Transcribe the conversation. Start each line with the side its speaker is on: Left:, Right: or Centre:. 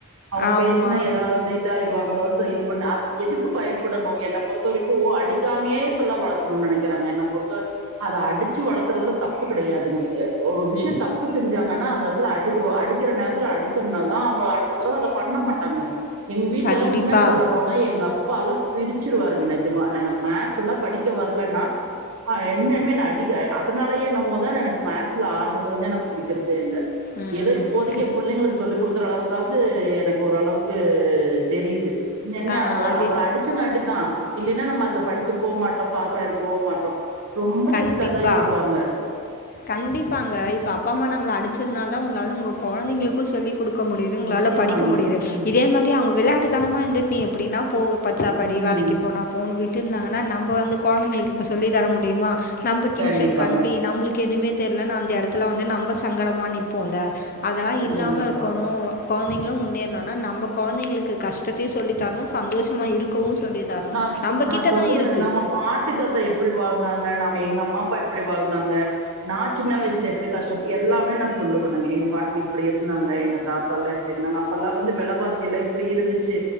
Right: அவங்க
Left: ஆமாம்
Right: பேசினா ஏதாவது இதாயிருவாங்களோ சோ இது பண்ணா அது எதுக்கு பயப்படணு என்ன பொறுத்த வரைக்கு அடிக்காமையே இப்புல்லா வளத் த்துனுன் நெனைக்கிறாங்க என்ன பொறுத்த அத அடிச்சு வளத்துறதுல தப்பு கிடையாதுங்க எ ஒரு விஷியோ தப்பு செஞ்சாங்கன்னா அந்த எடத்துல அடிச்ஜி வ அடிக்கிற நேரத்துல அடிச்சோம்னா தா அவங்க அடுத்த தடவ அத பண்ண மாட் டாங்க எங்க வீட்டுல
Left: கண்டிப்பாக
Right: எல்லா உண்மைய சொல்லணுன் பை எங்க அப்பாலா திரிச்சிருவாருங்க நிஜமா நெனக்கு மேக்ஸ் எல்லா படிக்க வர்லன்னா ஆ என்னன்மே நான அடிக்க அதனாலயே என்னமோ தா எனக்கு மேக் ஸ்ல ஆரம்பத்துல இருந்தே எனக்கு புடிக்கறதே இல்ல
Left: ம்
Right: ஏதோ இப்போதைக்கு என் புள்ளைங்களுக்கு சொல்லிக் குடுக்கற அளவுக்காவ்து எனக்கு ஓரளவுக்கு தெரியுது என்ன
Left: ஆ
Right: அவர்
Left: அது
Right: அவர் அடிச் ச்சங்காட்டி தா இல்லைன்னா நம்ம அதுல படிச்சிருக்கோ மட்டோ பாஸ் ஆயிருக்குவோ மாட்டோ ரொம்ப
Left: கண்டிப்பா.
Right: சிட்டா தா இருப்பாங்க
Left: கண்டிப்பாங்க இப்ப அப்பா அம்மா நம்மள அடிச்சதுனால தா உங்களால உங்க கொழந்தைங்களுக்கு சொல்லிக் குடுக்க முடியுது உங்களால
Right: நிச்சயமாங்க
Left: படிக்க முடியுது
Right: ம்
Left: இதே மாரி அவங்க விளாட்டு தனமா இருந்துட் நீ எப்புடின்னா போ பச்சாப்படி
Right: ம்
Left: வேலைக்கு போனா போன்னு விட்டு இருந்தாங்கன்னா நம்ம வந்து கொழந்தைங்களுக்கு இப்ப சொல்லி தர முடியுமா நம்ம டியூஷன்க்கு
Right: கண்டிப்பாங்க
Left: அனுப்பி நம்மளுக் கெதுமே தெர்ல நா அந்த எடத்துல வந்து நம்ப சங்கடமா நிப்போல அதெல்லா இல்லாம
Right: கண்டிப்பா
Left: இருக்கோணு கொழந்தைங்களு முன்னேறணுன்னா நம்ம கொழந்தைங்களுக்கு கஷ்டத்தையு சொல்லித்தரணு சந்தோஷமா இருக் கவு சொல்லி தர்ணு
Right: நா
Left: நம்பகிட்ட
Right: நா சொல்லுவேனுங்க
Left: தா இருக்கு
Right: நம்ம பாட்டி தாத்த எப்படி வாழ்ந்தாங்க நாம எங்க அம்மா அப்பா எப்படி வாழ்ந்தாங்க நா சின்ன வயசுல எப்படி கஷ்டப் எல்லாமே நா சொல்லுவனுங்க எங்க பாட்டி இப்டி இருந்தாங்க எங்கத் தாத்தால்லா இப்டி இருந்தாங்க அப்பல்லா வந்து வெலவாசி எல்லா இப்டி இருந்துச்சு